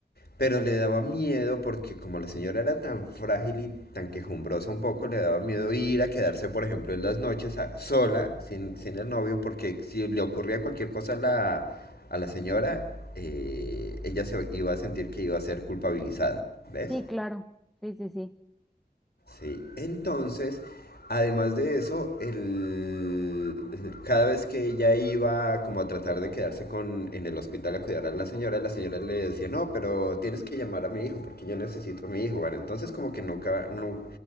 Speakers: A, on the left; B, in the centre.
A: pero le daba miedo porque como la señora era tan frágil y tan quejumbrosa un poco, le daba miedo ir a quedarse, por ejemplo, en las noches a- sola, sin, sin el novio, porque si le ocurría cualquier cosa a la, a la señora, eh, ella se iba a sentir que iba a ser culpabilizada, ¿ves?
B: Sí, claro, sí, sí, sí.
A: Sí, entonces, además de eso, el, cada vez que ella iba como a tratar de quedarse con, en el hospital a cuidar a la señora, la señora le decía, no, pero tienes que llamar a mi hijo porque yo necesito a mi hijo. Bueno, entonces como que nunca, nu-